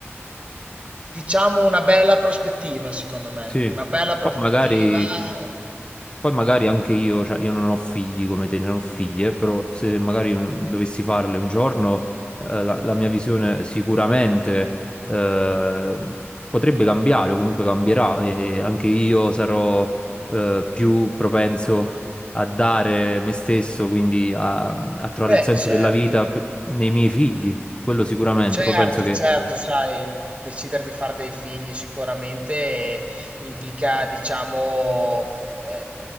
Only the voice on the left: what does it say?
sì.
Poi magari,
poi magari anche io, cioè io non ho figli come te, non ho figlie, però se magari un- dovessi farle un giorno, eh, la, la mia visione sicuramente eh, potrebbe cambiare, o comunque cambierà, e anche io sarò eh, più propenso a dare me stesso, quindi a, a trovare
il senso
della vita p- nei miei figli, quello sicuramente,
poi penso che